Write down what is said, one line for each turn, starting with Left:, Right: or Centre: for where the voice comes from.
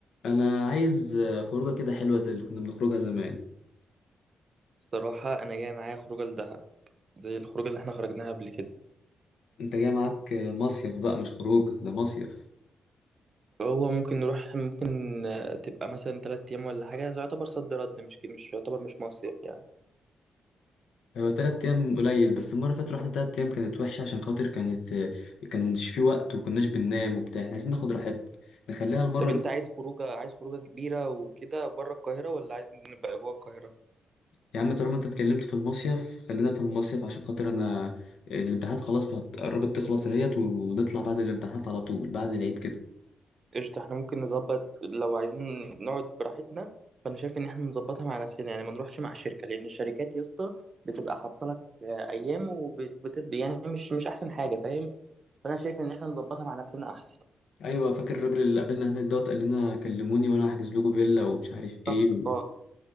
Left: انا عايز آه، خروجه كده حلوه زي اللي كنا بنخرجها زمان
Right: الصراحة أنا جاي معايا خروجة لدهب زي الخروجة اللي احنا خرجناها قبل كده
Left: انت جاي معاك آه، مصيف بقى مش خروجه ده مصيف
Right: فهو ممكن نروح ممكن آه، تبقى مثلا تلات أيام ولا حاجة ده يعتبر صد رد مش مش يعتبر مش مصيف يعني
Left: هو تلات ايام قليل بس المره اللي فاتت رحنا تلات ايام كانت وحشه عشان خاطر كانت آه، كانش في وقت وكناش بننام وبتاع احنا عايزين ناخد راحتنا نخليها المره
Right: طب أنت
Left: دي
Right: عايز خروجة عايز خروجة كبيرة وكده بره القاهرة ولا عايز نبقى جوه القاهرة؟
Left: يا عم طالما انت اتكلمت في المصيف خلينا في المصيف عشان خاطر انا الامتحانات خلاص بقت- قربت تخلص اهيت ونطلع بعد الامتحانات على طول بعد العيد كده
Right: قشطة احنا ممكن نظبط لو عايزين نقعد براحتنا فأنا شايف إن احنا نظبطها مع نفسنا يعني ما نروحش مع الشركة لأن الشركات يا اسطى بتبقى حاطة لك آه، أيام وبتبقى يعني مش مش أحسن حاجة فاهم؟ فأنا شايف إن احنا نظبطها مع نفسنا أحسن
Left: ايوه فاكر الراجل اللي قابلنا هناك دوت قال لنا كلموني وانا هحجز لكم فيلا ومش عارف ايه
Right: بالظبط اه